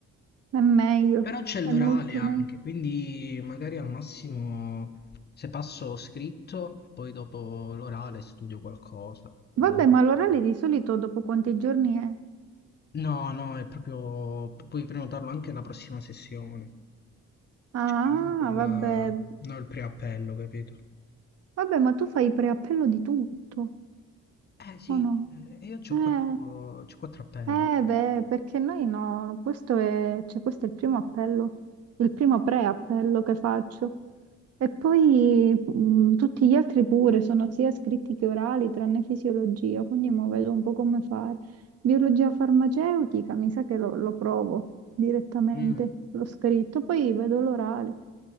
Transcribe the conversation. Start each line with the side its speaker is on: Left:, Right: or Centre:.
Right: è meglio,
Left: Però c'è l'orale
Right: è molto
Left: anche,
Right: meglio.
Left: quindi magari al massimo se passo scritto, poi dopo l'orale studio qualcosa, vedo
Right: Vabbè,
Left: un po'.
Right: ma l'orale
Left: così.
Right: di solito dopo quanti giorni è?
Left: No, no, è proprio, puoi prenotarlo anche la prossima sessione.
Right: Ah,
Left: Cioè, non quella...
Right: vabbè.
Left: non il preappello, capito?
Right: Vabbè, ma tu fai preappello di tutto,
Left: Eh sì,
Right: o no?
Left: eh, io ho
Right: Eh.
Left: quattro, c'ho quattro appelli.
Right: Eh beh, perché noi no, questo è, cioè, questo è il primo appello, il primo pre-appello che faccio. E poi mh, tutti gli altri pure sono sia scritti che orali, tranne fisiologia, quindi mo vedo un po' come fare. Biologia farmaceutica, mi sa che lo, lo provo direttamente,
Left: Mm,
Right: l'ho scritto, poi vedo l'orale,